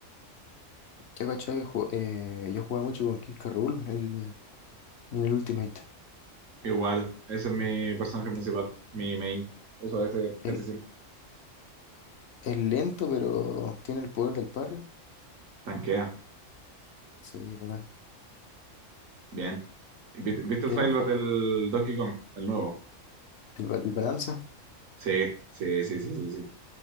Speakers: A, on the left (about 65°); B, on the right (about 80°).
A: Yo cachaba que ju- eh, yo jugaba mucho con King K. Rool en el, en el Ultimate.
B: Igual, ese es mi personaje principal, mi main. Uso ese casi
A: El,
B: siempre.
A: es lento, pero tiene el poder del parry.
B: Tanquea,
A: Sí, bacán.
B: bien. ¿Y ¿Viste,
A: Mm.
B: viste
A: Digamos,
B: el trailer
A: ju-
B: del Donkey Kong, el nuevo?
A: el, ba- el Balanza.
B: Sí, sí, sí, sí, sí. sí.